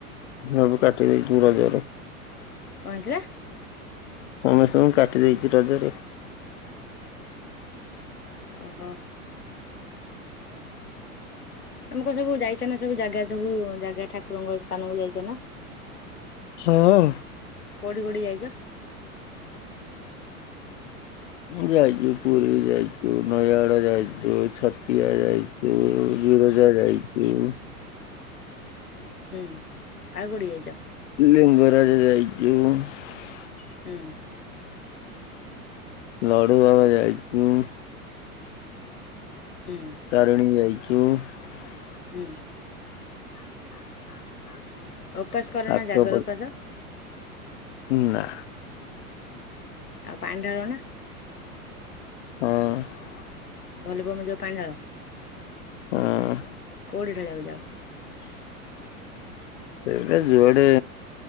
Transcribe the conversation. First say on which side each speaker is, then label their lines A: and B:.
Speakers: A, on the left; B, on the left.
A: ସବୁ କାଟିଦେଇଛି ମୁଁ ବନ୍ଧୁବାନ୍ଧବ
B: କଣ ହେଇଥିଲା?
A: ସମସ୍ତଙ୍କୁ କାଟି ଦେଇଛି ରଜରେ
B: ଓହୋ। ତମେ କୋଉସବୁ ଯାଇଛନ ସବୁ ଜାଗା ସବୁ ଜାଗା ଠାକୁରଙ୍କ ସ୍ଥାନକୁୁ ଯାଇଛନା
A: ହଁଅ।
B: କୋଉଠି କୋଉଠି ଯାଇଛ।
A: ଯାଇଛୁ ପୁରୀ ଯାଇଛୁ ନୟାଗଡ଼ ଯାଇଛୁ ଛତିଆ ଯାଇଛୁ ବିରଜା ଯାଇଛୁ।
B: ହୁଁ ଆଉ କୋଉଠି ଯାଇଛ?
A: <unintelligible> <inaudible>
B: <inaudible>
A: ଲଡୁ ବାବା ଯାଇଛୁ। <unintelligible>
B: ହୁଁ
A: <inaudible>
B: <inaudible> ଓପାସ କର
A: ଆଖପାଖ
B: ନା ଜାଗର ଓପାସ?
A: ନା।
B: ଆଉ ପାାଣିଢାଳନା?
A: ହଁ।
B: <unintelligible>
A: ହଁ।
B: କୋଉଠି ଢାଳିବାକୁ ଯାଅ?
A: ସେଇଟା ଯୁଆଡ଼େ